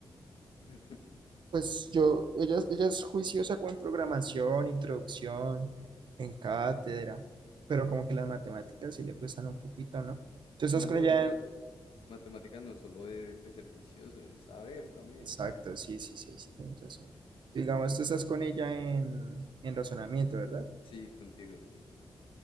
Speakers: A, on the left; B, on the right.
A: <laughs>
B: Pues yo, ella, ella es juiciosa con programación, introducción, en cátedra, pero como que las matemáticas sí le cuestan un poquito, ¿no?
A: Es
B: Tú
A: que
B: estás
A: matemáticas,
B: con ella Claro. en...
A: matemáticas no es solo de, de ser vicioso, es saber también.
B: Exacto, sí, sí, sí, sí, tienes razón. Digamos, tú estás con ella en, en razonamiento, ¿verdad?
A: Sí, contigo, sí.